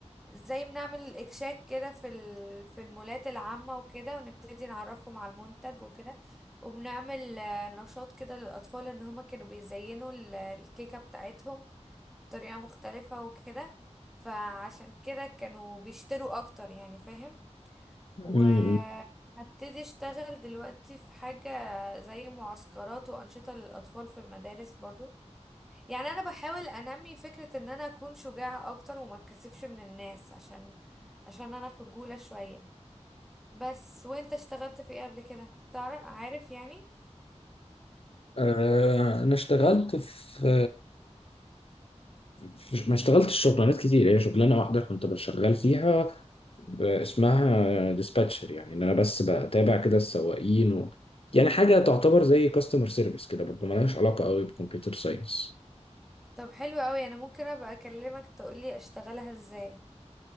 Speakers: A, in the centre; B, on the left.
A: زي بنعمل اكشاك كده في ال- في المولات العامة وكده ونبتدي نعرفهم على المنتج وكده وبنعمل آه، نشاط كده للأطفال ان هما كانوا بيزينوا ال- الكيكة بتاعتهم طريقة مختلفة وكده فعشان كده كانوا بيشتروا اكتر يعني فاهم وهبتدي
B: امم.
A: اشتغل دلوقتي في حاجة زي معسكرات وانشطة للاطفال في المدارس برضو يعني انا بحاول انمي فكرة ان انا اكون شجاعة اكتر وما اتكسفش من الناس عشان عشان انا خجولة شوية بس وانت اشتغلت في ايه قبل كده تعرف عارف يعني
B: آه، انا اشتغلت في, في ما اشتغلتش شغلانات كتير هي شغلانه واحده كنت بشتغل فيها اسمها ديسباتشر يعني ان انا بس بتابع كده السواقين و... يعني حاجه تعتبر زي كاستمر سيرفيس كده برضو ملهاش علاقه قوي بكمبيوتر ساينس
A: طب حلو قوي انا ممكن ابقى اكلمك تقولي اشتغلها ازاي